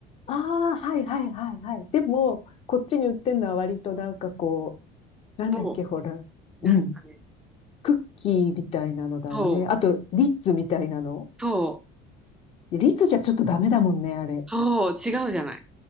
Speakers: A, on the left; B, in the centre.
A: あー、はいはいはいはい。でも、こっちに売ってんのは割となんかこう、なんだっけ、
B: う。も
A: ほら、
B: う、
A: うん、
B: なんかね、
A: クッキーみたいなのだね。
B: そう、
A: あと、リッツみたいなの。
B: そう、
A: リッツじゃちょっとダメだもんね、あれ。
B: そう、違うじゃない。